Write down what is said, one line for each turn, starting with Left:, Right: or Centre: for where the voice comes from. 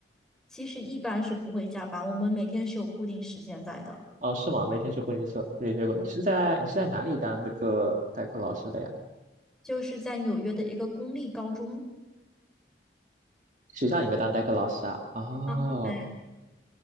Centre: 其实一般是不会加班，我们每天是有固定时间在的。
Right: 哦，是吗？没听说过你说没听说过，你是在你是在哪里当这个代课老师的呀？
Centre: 就是在纽约的一个公立高中
Right: 学校里面当代课老师啊？哦，
Centre: 啊，嗯，